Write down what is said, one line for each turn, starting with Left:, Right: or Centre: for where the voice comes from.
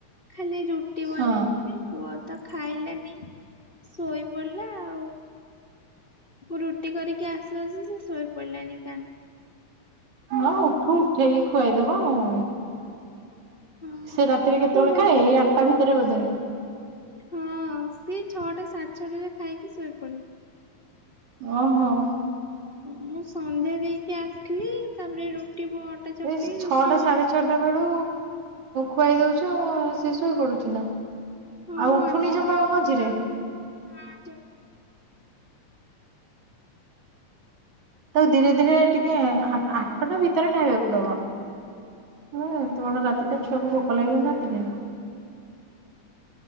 Left: ଖାଲି ରୁଟି ବନେଇଦେଲି
Right: ହଁ
Left: ପୁଅ ତ ଖାଇଲାନି ଶୋଇ ପଡ଼ିଲା ଆଉ ମୁଁ ରୁଟି କରିକି ଆସୁ ଆସୁ ସେ ଶୋଇ ପଡିଲାଣି କାନ୍ଦି କାନ୍ଦି।
Right: ହଁ ଉଠୁ ଉଠେଇକି ଖୁଆଇଦବ ଆଉ
Left: ହଁ
Right: ସେ ରାତିରେ
Left: ଉଠିବନି
Right: କେତେବେଳେ ଖାଏ ଏଇ ଆଠଟା ଭିତରେ ବୋଧେ
Left: ହଁ ସିଏ ଛଅଟା ସାଢ଼େ ଛଅଟା ରେ ଖାଇକି ଶୋଇପଡେ
Right: ଓହୋ
Left: ମୁଁ ସନ୍ଧ୍ୟା ଦେଇକି ଆସିଥିଲି ତାପରେ ରୁଟି ଚକଟି
Right: ଏଇ ଛଅଟା
Left: ରୁଟି ବନେଇ
Right: ସାଢେ ଛଅଟା ବେଳୁ ଖୁଆଇ ଦଉଛ ଶୋଇ ପଡୁଛି ନା
Left: ହଁ
Right: ଆଉ ଉଠୁନି
Left: ଦିନେ
Right: ଜମା
Left: ଦିନେ
Right: ଆଉ ମଝିରେ।
Left: ପା ନା ଜମା
Right: ତାକୁ ଧୀରେ ଧୀରେ ଟିକେ ଆଠଟା ଭିତରେ ଖାଇବାକୁ ଦବ। ହଁ ଏତେ ବଡ ରାତିଟା ଛୁଆକୁ ଭୋକ ଲାଗିବନି ରାତିରେ।